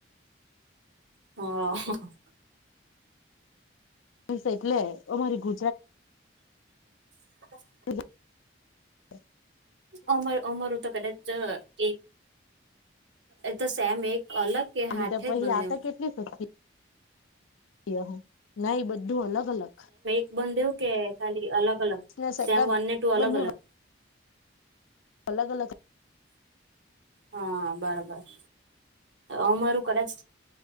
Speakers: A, on the right (about 65°); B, on the left (about 80°).
A: હાં.
B: બસ એટલે અમારી ગુ.
A: હ <unintelligible> <inaudible>
B: હ <unintelligible> <unintelligible>
A: અમર અમર હો તો કદાચ એક તો સેમ એક અલગ કે
B: એલી
A: હાથે
B: તો પછી
A: જ બંને
B: આ તો કેટલી સુખી. એહો ના એ બઘું અલગ અલગ.
A: બંધ દેવું કે ખાલી અલગ અલગ
B: ને સેકન્ડ
A: સેમ વન ને ટુ અલગ
B: બંને
A: અલગ
B: અલગ અલગ.
A: હા બરાબર. અ મારું કડાજ